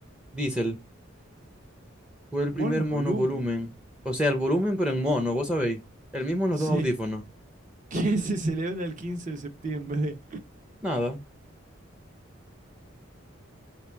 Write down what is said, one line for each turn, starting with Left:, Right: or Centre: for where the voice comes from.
Centre: Diesel. Fue el primer
Right: Mono
Centre: monovolumen,
Right: volumen.
Centre: O sea, el volumen,
Right: No-
Centre: pero en mono, vos sabéis. El mismo en los
Right: Sí.
Centre: dos audífonos.
Right: Qué se celebra el 15 de septiembre.
Centre: Nada.